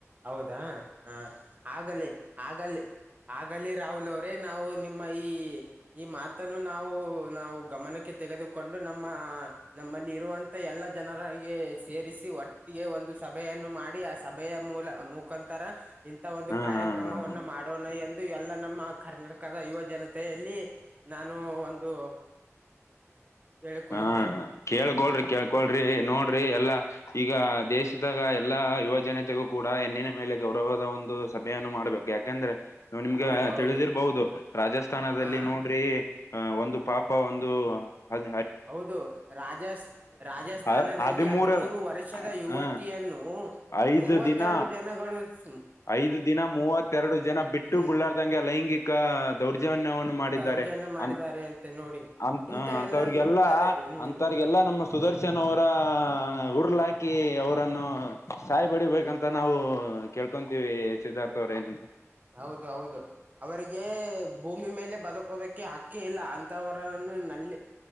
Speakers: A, on the right (about 30°); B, on the left (about 65°).
A: ಹೌದಾ ಹ ಆಗಲಿ ಆಗಲ್ಲಿ ಆಗಲಿ ರಾಹುಲ್ ಅವರ ನಾವು ನಿಮ್ಮ ಈ ಈ ಮಾತನ್ನು ನಾವು ನಾವು ಗಮನಕ್ಕೆ ಕೆ ತೆಗೆದುಕೊಂಡು ನಮ್ಮ ನಮ್ಮಲ್ಲಿ ಇರುವಂತ ಎಲ್ಲಾ ಜನರಿಗೆ ಸೇರಿಸಿ ಒಟ್ಟಿಗೆ ಒಂದು ಸಭೆಯನ್ನು ಮಾಡಿ ಆ ಸಭೆಯ ಮೂಲ ಮುಖಾಂತರ ಇಂತಾ ಒಂದು
B: ಹಾ
A: ಕಾರ್ಯಕ್ರಮವನ್ನು
B: ಹಾ ಹಾ ಹಾ
A: ಮಾಡ ಕೊರೋನಾ ಎಂದು ಎಲ್ಲ ನಮ್ಮ ಕರ್ನಾಟಕದ ಯುವ ಜನತೆಯಲ್ಲಿ ನಾನು ಒಂದು ಹೇಳಿಕೊಳ್ಳುತ್ತೇನೆ.
B: ಹಾ ಕೇಳ್ಕೊಳ್ರಿ ಕೇಳ್ಕೊಳ್ರಿ ನೋಡ್ರಿ ಎಲ್ಲಾ ಈಗ ದೇಶದಾಗ ಎಲ್ಲಾ ಯುವ ಜನತೆಗೂ ಕೂಡ ಹೆಣ್ಣಿನ ಮೇಲೆ ಗೌರವದ ಒಂದು ಸಭೆಯನ್ನು ಮಾಡ್ಬೇಕು. ಯಾಕಂದ್ರೆ ನಿಮ್ಗೆ
A: ಹೌದು ಹೌದು
B: ತಿಳಿದಿರ್ಬಹುದು. ರಾಜಸ್ಥಾನದಲ್ಲಿ
A: ಹಾ
B: ನೋಡ್ರಿ ಹ ಒಂದು ಪಾಪ ಒಂದು ಅದ
A: ಹೌದು ರಾಜಸ್ ರಾಜಸ್ಥಾನದಲ್ಲಿ
B: ಹರ್ ಹದಿಮೂರ
A: ಹದಿಮೂರು ವರ್ಷದ
B: ಹ
A: ಯುವತಿಯನ್ನು.
B: ಐದು
A: ಮೂವತ್ತೆರಡು
B: ದಿನ
A: ಜನಗಳು ಇಸ್
B: ಐದು ದಿನ ಮೂವತ್ತೆರಡು ಜನ ಬಿಟ್ಟು
A: ಹ್ಮ್
B: ಬಿಡ್ರ್ದಂಗೆ ಲೈಂಗಿಕ ದೌರ್ಜನ್ಯವನ್ನು
A: ಹ್ಮ್
B: ಮಾಡ ಮಾಡಿದರೆ
A: ದರ್ಜನ ಮಾಡಿದ್ದಾರೆ
B: ಅಂತ್
A: ಅಂತೆ ನೋಡಿ
B: ಅಂತ್
A: ಇಂಥವೆಲ್ಲ
B: ಅಂತವ್ರಿಗೆಲ್ಲ
A: ಇಂಥದ ಹ್ಮ್
B: ಅಂತವ್ರಿಗೆಲ್ಲಾ ನಮ್ಮ ಸುದರ್ಶನ್ ಅವರ ಹುರ್ಳ ಹಾಕಿ ಅವರನ್ನು ಸಾಯ್ಬಡಿಬೇಕಂತ ನಾವು ಕೇಳ್ ಇಕೊಂತೀವಿ ಸಿದ್ಧಾರ್ಥ ಅವ್ರೇ ನಿಮ್
A: ಹೌದು ಹೌದು ಅವರಿಗೆ ಭೂಮಿ ಮೇಲೆ ಬದುಕೋದಕ್ಕೆ ಹಾಕೇ ಇಲ್ಲ. ಅಂತವರನ್ನು ನಲ್ಲಿ